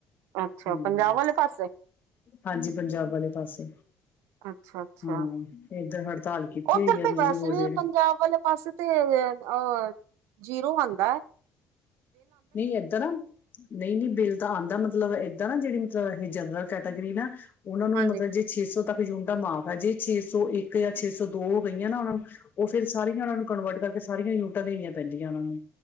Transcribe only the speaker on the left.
ਹਮ
ਹਾਂਜੀ। ਪੰਜਾਬ ਵਾਲੇ ਪਾਸੇ
ਹਾਂ ਇੱਧਰ ਹੜਤਾਲ ਕੀਤੀ।
ਹੋਈ ਹੈ
ਬਿਜਲੀ
ਬੋਰਡ
ਦੇ ਜਿਹੜੇ
ਨਹੀ ਐਧਰ ਨਹੀਂ- ਨਹੀਂ ਬਿੱਲ ਤਾਂ ਆਉਂਦਾ। ਮਤਲਬ ਏਦਾਂ ਨਾ ਜਿਹੜੀ ਮਤਲਬ ਇਹ ਜਨਰਲ ਕੈਟਾਗਰੀ ਨਾ ਉਹਨਾਂ ਨੂੰ
ਮਤਲਬ ਜੇ ਛੇ ਸੌ ਤੱਕ ਯੂਨਿਟਾ ਮਾਫ਼ ਹੈ। ਜੇ ਛੇ ਸੌ ਇੱਕ ਜਾਂ ਛੇ ਸੌ ਦੋ ਹੋ ਗਈਆਂ ਨਾ ਉਹਨਾ ਨੂੰ ਉਹ ਫੇਰ ਸਾਰੀਆਂ ਉਹਨਾਂ ਨੂੰ ਕਨਵਰਟ ਕਰਕੇ ਸਾਰੀਆਂ ਯੂਨਿਟਾਂ ਦੇਣੀਆਂ ਪੈਂਦੀਆਂ ਉਹਨਾਂ ਨੂੰ।